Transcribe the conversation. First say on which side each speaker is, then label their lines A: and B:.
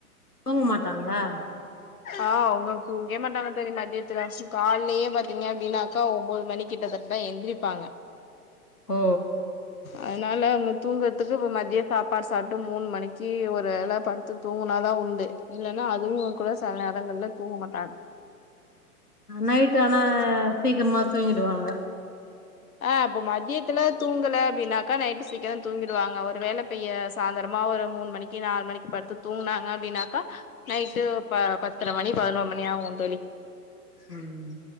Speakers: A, on the left; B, on the left.
A: தூங்க மாட்டாங்களா
B: ஆ அவங்க தூங்கவே மாட்டாங்க தோழி மதியத்துல கால்லயே பாத்தீங்க அப்டின்னாக்கா ஒம்பது மணி கிட்டத்தட் டதா எந்திரிப்பாங்க
A: ஓ
B: அதுனால அவங்க தூங்குறதுக்கு இப்ப மதியோ சாப்பாடு சாப்ட்டு மூணு மணிக்கு ஒரு வேல படுத்து தூங்குனாதா உண்டு இல்லன்னா அதுவு கூட சில நேரங்கள்ல தூங்க மாட்டாங்க
A: நைட் ஆனா சீக்கிரமா தூங்கிடுவாங்க
B: ஆ இப்ப மதியத்துல தூங்கல அப்டின்னாக்கா நைட்டு சீக்கிரோ தூங்கிடுவாங்க ஒரு வேள இப்பயே சாந்தரமா ஒரு மூணு மணிக்கி நாலு மணிக்கி படுத்து தூங்குனாங்க அப்டின்னாக்கா நைட்டு ப பத்தர மணி பதினொரு மணி ஆகு தோழி
A: ம்